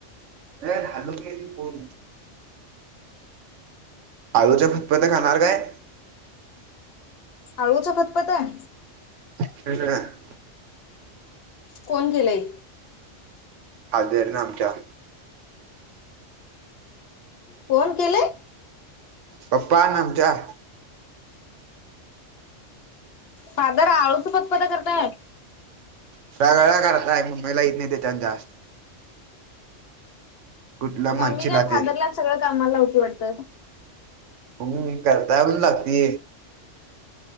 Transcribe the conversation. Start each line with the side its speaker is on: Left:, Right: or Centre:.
Right: अ हलक करून आळूच्या फतपत्या खाणार काय
Left: आळूच फतपत आहे
Right: हम ह
Left: कोण गेलेय
Right: हजरन आमच्या
Left: फोन केलेय
Right: पप्पा आन आमच्या
Left: फादर आळूच पत पता करताय
Right: <unintelligible> मुंबईला येत नाही त्या त्यां जास्त कुठलं म्हणशीला
Left: मम्मी काय फादरलाच
Right: ते
Left: सगळं कामाला हो वाटतं
Right: म्हणून मी करताय <unintelligible> लागती